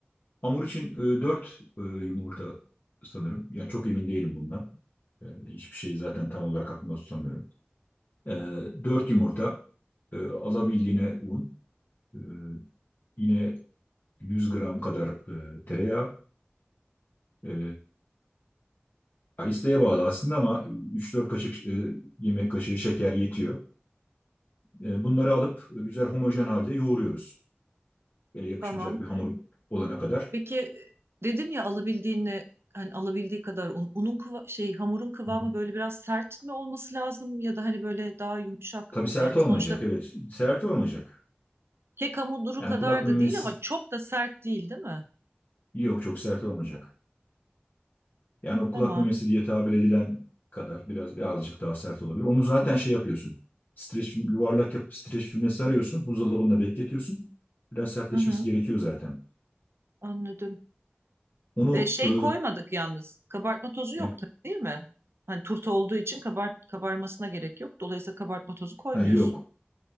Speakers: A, on the left; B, on the right.
A: Hamur için e, 4 yumurta sanırım. Ya çok emin değilim bundan. E, hiçbir şeyi zaten tam olarak aklımda tutamıyorum. E, 4 yumurta, e, alabildiğine un, e, yine 100 gram kadar e, tereyağı, e, Ya İsteğe bağlı aslında ama üç dört kaşık e, yemek kaşığı şeker yetiyor. E, bunları alıp e, güzel homojen halde yoğuruyoruz. Ele yapışmayacak
B: Tamam.
A: bir hamur olana kadar.
B: Peki dedin ya alabildiğine hani alabildiği kadar un, unun kıva- şey hamurun kıvamı
A: Hı hı.
B: böyle biraz sert mi olması lazım ya da hani böyle daha yumuşak
A: Tabii sert
B: yani
A: olmayacak,
B: sonuçta
A: evet. Sert olmayacak.
B: kek hamuru
A: Yani
B: kadar
A: kulak memesi
B: da değil ama çok da sert değil değil mi?
A: yok, çok sert olmayacak. Yani o
B: Tamam.
A: kulak memesi diye tabir edilen kadar biraz birazcık daha sert olabilir. Onu zaten şey yapıyorsun. Streç, film- yuvarlak yapıp streç filme sarıyorsun. Buzdolabında bekletiyorsun. Biraz sertleşmesi
B: Hı hı,
A: gerekiyor zaten.
B: anladım.
A: Onu
B: E, şey
A: e,
B: koymadık yalnız. Kabartma tozu yok
A: ne-
B: tabii değil mi? Hani turta olduğu için kabart kabarmasına gerek yok. Dolayısıyla kabartma tozu koymuyorsun.
A: ha, yok.